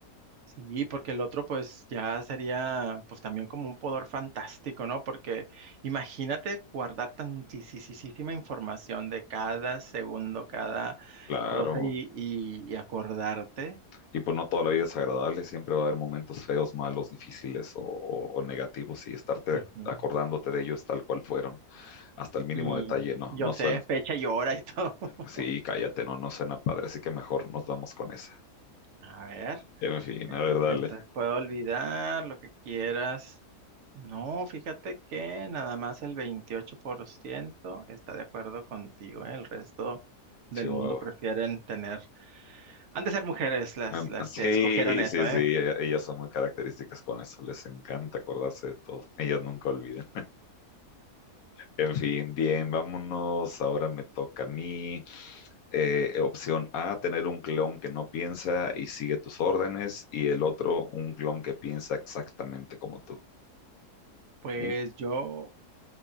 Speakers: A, on the right; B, on the left.
A: Sí, porque el otro pues ya sería pues también como un poder fantástico, ¿no? Porque imagínate guardar tantísima información de cada segundo, cada
B: claro.
A: cosa y, y- y acordarte.
B: Y pues no toda la vida es agradable, siempre va a haber momentos feos, malos, difíciles o, o- o negativos y estarte
A: Ujú.
B: acordándote de ellos tal cual fueron, hasta el mínimo
A: Y
B: detalle, no,
A: yo
B: no suena.
A: sé fecha y hora y todo. <laughs>
B: Sí, cállate, no, no suena padre, así que mejor nos vamos con esa.
A: A ver,
B: En fin,
A: eh,
B: a ver, dale.
A: entonces puedo olvidar lo que quieras. No, fíjate que nada más el 28% está de acuerdo contigo, ¿eh? El resto del
B: Chihuahua.
A: mundo prefieren tener Han de ser mujeres las,
B: Me- <laughs>
A: las
B: Sí,
A: que escogieron eso,
B: sí,
A: ¿eh?
B: sí, e- ellas son muy características con eso, les encanta acordarse de todo, ellas nunca olvidan. En fin, bien, vámonos, ahora me toca a mí. Eh, opción A, tener un clon que no piensa y sigue tus órdenes, y el otro, un clon que piensa exactamente como tú.
A: Pues
B: Un-
A: yo,